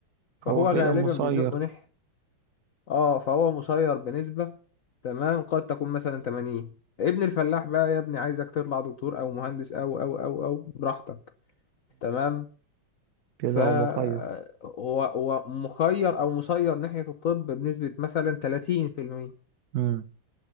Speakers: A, on the left; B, on the right.
A: فهو
B: هو
A: غالبا
B: كده مسير
A: بيزقه ناحية اه فهو مسير بنسبة تمام قد تكون مثلا 80 ابن الفلاح بقى يا ابني عايزك تطلع دكتور او مهندس او او او او براحتك تمام
B: كده
A: فهو
B: هو مخير
A: هو مخير او مسير ناحية الطب بنسبة مثلا 30%
B: مم.